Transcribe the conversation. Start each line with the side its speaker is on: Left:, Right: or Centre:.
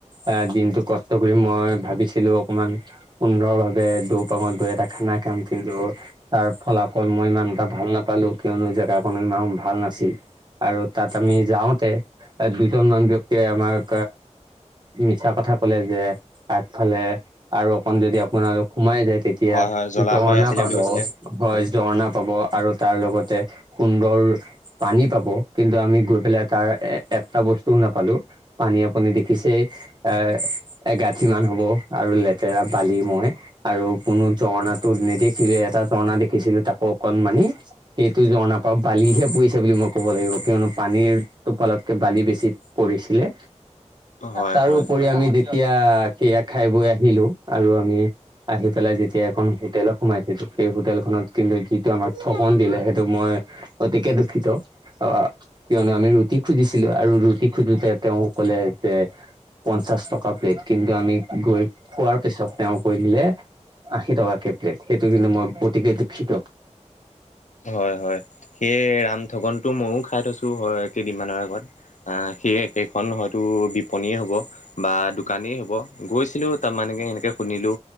Right: আহ দিম কিন্তু কষ্ট কৰি মই ভাবিছিলো অকণমান সুন্দৰ ভাৱে দৌপাঙত গৈ এটা খানা কাম খিন তাৰ ফলাফল মই ইমান এটা ভাল নাপালো, কিয়নো জেগাখনো ইমান ভাল নাছিল। আৰু তাত আমি যাওঁতে দুজন মান ব্যক্তিয়ে আমাক মিছা কথা কলে যে আগফালে আৰু অকন যদি আপোনাৰ সোমাই যায় তেতিয়া
Left: হয় হয় জলাশয়
Right: জঝৰ্ণা
Left: আছিলে
Right: পাব
Left: বুলি কৈছিলে।
Right: হয় জঝৰ্ণা পাব আৰু তাৰ লগতে সুন্দৰ পানী পাব। কিন্তু আমি গৈ পেলাই তাৰ এ এটা বস্তুও নাপালো পানী আপুনি দেখিছে এ এগাঁঠি মান হ'ব আৰু লেতেৰা বালি মই আৰু কোনো ঝৰ্ণাটো নেদেখিলো এটা ঝৰ্না দেখিছিলো তাকো অকণ মানি সেইটো ঝৰ্ণাৰ পৰা বালিহে পৰিছে বুলি মই ক'ব লাগিব। কিয়নো পানীৰ টোপালতকে বালি বেছি পৰিছিলে।
Left: হয়
Right: তাৰোপৰি
Left: হয়
Right: আমি যেতিয়া সেইয়া খাই বৈ আহিলো আৰু আমি আহি পেলাই যেতিয়া এখন হোটেল সোমাইছিলো সেই হোটেলখনত কিন্তু যিটো আমাক থগন দিলে সেইটো মই অতিকে দুখিত অ কিয়নো আমি ৰুটি খুজিছিলো আৰু ৰুটি খুজোতে তেওঁ কলে যে পঞ্চাশ টকা প্লেট কিন্তু আমি গৈ খোৱাৰ পিছত তেওঁ কৈ দিলে। আশী টকা কে প্লেট সেইটো কিন্তু মই অতিকে দুখিত
Left: হয় হয় সেই ৰামঠগন টো মইও খাই থৈছো তো হয় কেইদিনমান আগত। সেইকেখনত টো বিপনীয়ে হ'ব বা দোকানেই হ'ব গৈছিলো। তাৰমানে সেনেকে শুনিলো।